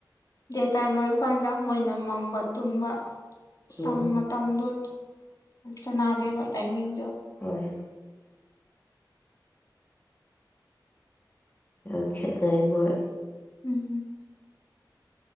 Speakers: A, on the left; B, on the left.
A: ꯗꯦ ꯇꯥꯏꯝ ꯑꯣꯏꯕ ꯀꯥꯟꯗ ꯃꯣꯏꯅ ꯃꯝꯕ ꯇꯨꯝꯕ <unintelligible>
B: ꯎꯝ
A: ꯃꯇꯝꯗꯣ ꯆꯅꯥꯗꯦꯕ ꯇꯥꯏꯃꯤꯡ
B: ꯍꯣꯏ ꯌꯥꯝ ꯈꯦꯠꯅꯩ ꯃꯣꯏ
A: ꯎꯝ ꯎꯝ